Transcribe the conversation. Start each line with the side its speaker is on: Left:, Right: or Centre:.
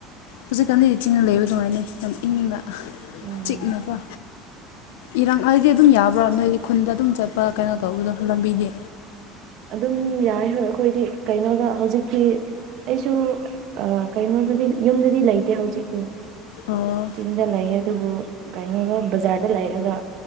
Left: ꯍꯧꯖꯤꯛꯀꯥꯟꯗꯤ ꯆꯤꯡꯅ ꯂꯩꯕ ꯑꯗꯨꯃꯥꯏꯅ ꯏꯪꯅ
Right: ꯎꯝ
Left: ꯤꯛꯅꯕ ꯏꯔꯥꯡ ꯍꯥꯏꯗꯤ ꯑꯗꯨꯝ ꯌꯥꯕ꯭ꯔꯥ ꯅꯣꯏꯗꯤ ꯈꯨꯟꯗ ꯑꯗꯨꯝ ꯆꯠꯄ ꯀꯩꯅꯣ ꯇꯧꯕꯗꯣ ꯂꯝꯕꯤꯗꯤ
Right: ꯑꯗꯨꯝ ꯌꯥꯏ ꯍꯣꯏ ꯑꯩꯈꯣꯏꯗꯤ ꯀꯩꯅꯣꯗ ꯍꯧꯖꯤꯛꯇꯤ ꯑꯩꯁꯨ ꯀꯩꯅꯣꯗꯗꯤ ꯌꯨꯝꯗꯗꯤ ꯂꯩꯇꯦ ꯍꯧꯖꯤꯛꯇꯤ
Left: ꯑꯣ
Right: ꯆꯤꯡꯗ ꯂꯩ ꯑꯗꯨꯕꯨ ꯀꯩꯅꯣꯗ ꯕꯖꯥ꯭ꯔꯗ ꯂꯩꯔꯒ